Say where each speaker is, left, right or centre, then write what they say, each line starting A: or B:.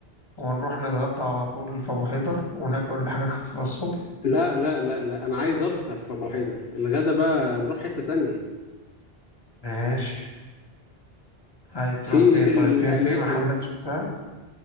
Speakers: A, on the left; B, on the left.
A: ونروح نتغدى على طول في أبو حيدر وناكل حاجة خفيفة الصبح
B: لا لا لا لا انا عايز افطر في ابو حيدر الغدا بقى نروح حته تانية
A: ماشي عايز تروح
B: في ايه
A: فين
B: الاماكن
A: طيب في في محلات بتاع